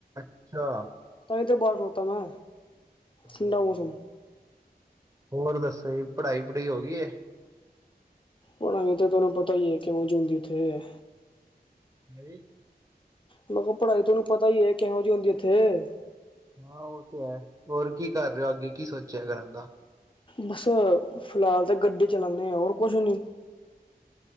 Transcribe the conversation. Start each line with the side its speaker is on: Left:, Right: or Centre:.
Right: ਅੱਛਾ।
Left: ਇੱਥੇ ਬਾਹਰ ਖਲੋਤਾ ਮੈਂ
Right: ਚਲੋ
Left: ਠੰਡਾ
Right: ਵਧੀਆ
Left: ਮੌਸਮ
Right: ਜੀ ਹੋਰ ਦੱਸ। ਤੇ ਪੜ੍ਹਾਈ ਪੜੂਈ ਹੋ ਗਈ ਏ।
Left: ਹੁਣ ਅਸੀਂ ਤਾਂ ਤੁਹਨੂੰ ਪਤਾ ਹੀ ਹੈ, ਕਿਉਂ ਜਿਉਂਦੀ ਉੱਥੇ।
Right: ਨਹੀਂ।
Left: ਮੈਨੂੰ ਪੜ੍ਹਾਈ ਤੁਹਾਨੂੰ ਪਤਾ ਹੀ ਹੈ ਕਿਹੋ ਜਿਹੀ ਹੁੰਦੀ ਏ ਉੱਥੇ।
Right: ਹਾਂ ਉਹ ਤੇ ਹੈ। ਹੋਰ ਕੀ ਕਰ ਰਹੇ ਹੋ, ਅੱਗੇ ਕੀ ਸੋਚਿਆ ਏ ਕਰਨ ਦਾ।
Left: ਬਸ, ਫਿਲਹਾਲ ਤਾਂ ਗੱਡੀ ਚਲਾਉਦੇ ਆ, ਹੋਰ ਕੁਛ ਨਹੀਂ।